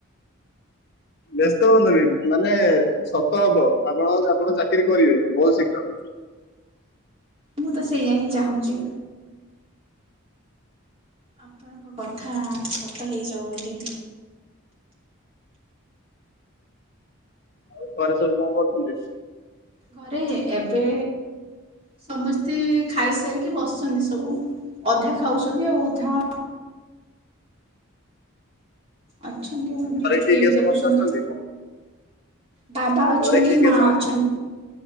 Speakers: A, on the left; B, on the right.
A: ବ୍ୟସ୍ତ ହୁଅନ୍ତୁନି, ମାନେ ସତ ହବ ଆପଣଙ୍କ ଆପଣ ଚାକିରି କରିବେ ବହୁତ ଶୀଘ୍ର।
B: ମୁଁ ତ ସେଇଆ ହିଁ ଚାହୁଁଛି। ଆପଣଙ୍କ କଥା ସତ ହେଇଯାଉ ବୋଲି
A: ଆଉ ଘରେ ସବୁ କଣ କରୁଛନ୍ତି?
B: ଘରେ ଏବେ ସମସ୍ତେ ଖାଇସାରିକି ବସ ଅଛନ୍ତି ସବୁ ଅଧା ଖାଉଛନ୍ତି ଆଉ ଅଧା ଅଛନ୍ତି
A: ଘରେ କିଏ
B: ଟିଭି
A: କିଏ
B: ଦେଖୁଛନ୍ତି।
A: ସମସ୍ତେ ଅଛନ୍ତି?
B: ବାବା ଅଛନ୍ତି
A: ଘରେ କିଏ କିଏ
B: ମା
A: ସମସ୍ତେ
B: ଅଛ
A: ଅଛନ୍ତି?